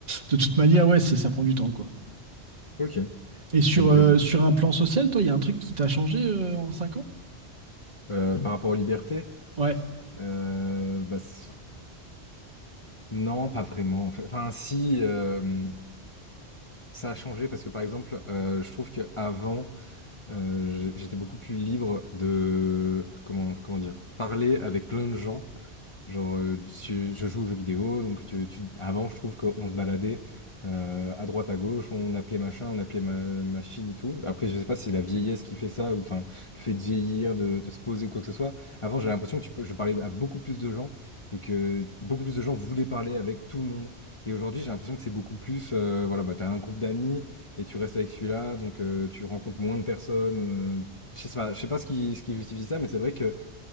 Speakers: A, on the right; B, on the left.
A: de toute manière, ouais, c'est, ça prend du temps, quoi.
B: Ok.
A: Et sur,
B: Donc,
A: euh,
B: euh,
A: sur un plan social, toi, il y a un truc qui t'a changé euh, en 5 ans?
B: euh, par rapport aux libertés,
A: Ouais.
B: euh, bah, c- non, pas vraiment. en fait. Enfin, si, euh, ça a changé parce que, par exemple, euh, je trouve qu'avant, euh, j'- j'étais beaucoup plus libre de, comment, comment dire, parler avec plein de gens. Genre, euh, je, je joue aux jeux vidéo, donc tu, tu- avant, je trouve qu'on se baladait euh, à droite, à gauche, on appelait machin, on appelait ma- machine et tout. Après, je sais pas si c'est la vieillesse qui fait ça, ou enfin, le fait de vieillir, de, de se poser ou quoi que ce soit. Avant, j'avais l'impression que tu peux, je parlais à beaucoup plus de gens et que beaucoup plus de gens voulaient parler avec tout le monde. Et aujourd'hui, j'ai l'impression que c'est beaucoup plus, euh, voilà, bah, t'as un groupe d'amis et tu restes avec celui-là, donc euh, tu rencontres moins de personnes. euh, je sais pas, je sais pas ce qui, ce qui justifie ça, mais c'est vrai que